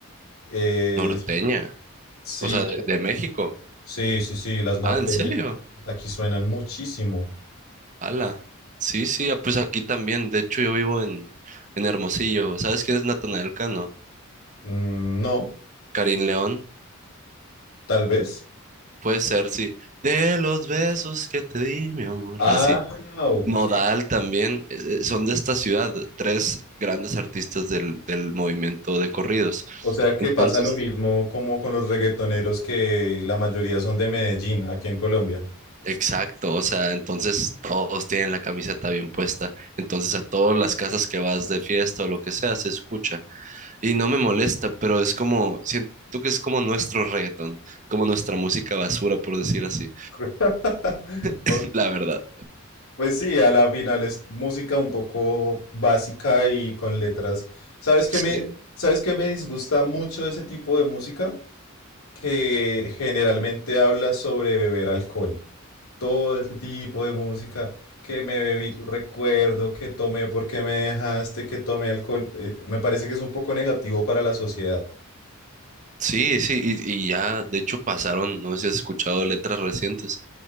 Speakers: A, on the left; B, on the right.
A: eh,
B: norteña.
A: sí,
B: O sea, de, de México.
A: sí, sí, sí, las norteñas.
B: Ah, ¿en serio?
A: Aquí suenan muchísimo.
B: Ala. Sí, sí, ah, pues aquí también. De hecho, yo vivo en, en Hermosillo. ¿Sabes quién es Natanael Cano?
A: Mm, no,
B: Karim León.
A: tal vez.
B: Puede ser, sí. De los besos que te di, mi amor.
A: Ah,
B: Así.
A: ok.
B: Nodal también, es- es- son de esta ciudad, tres grandes artistas del, del movimiento de corridos.
A: O sea que
B: Entonces,
A: pasa lo mismo como con los reggaetoneros que la mayoría son de Medellín, aquí en Colombia.
B: exacto, o sea, entonces todos tienen la camiseta bien puesta. Entonces, a todas las casas que vas de fiesta o lo que sea, se escucha. Y no me molesta, pero es como, siento que es como nuestro reggaetón, como nuestra música basura, por decir así,
A: <laughs>
B: <laughs>
A: Ok,
B: la verdad.
A: pues sí, a la final es música un poco básica y con letras. ¿Sabes qué
B: sí
A: me, sabes qué me disgusta mucho de ese tipo de música? Que generalmente habla sobre beber alcohol. todo ese tipo de música, que me bebí tu recuerdo, que tomé porque me dejaste, que tomé alcohol, eh, me parece que es un poco negativo para la sociedad.
B: Sí, sí, y, y ya, de hecho pasaron, no sé si has escuchado letras recientes,